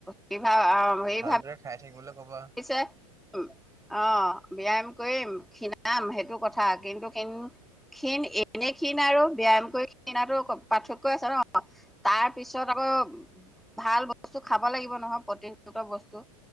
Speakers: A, in the centre; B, on the right.
A: সেই ভাৱ হে
B: ভালদৰে
A: ভাৱ
B: খাই থাকিবলৈ ক'বা
A: পিছে অ ব্যায়াম কৰিম শিনা নাম সেইটো কথা কিন্তু কিন্ত ক্ষীণ এনে ক্ষীণ আৰু ব্যায়াম কৰি ক্ষীণাটো পাৰ্থক্য আছে ন তাৰ পিছত আ কৌ ভাল বস্তু খাব লাগিব নহয় প্ৰতিন জাতীয় বস্তু।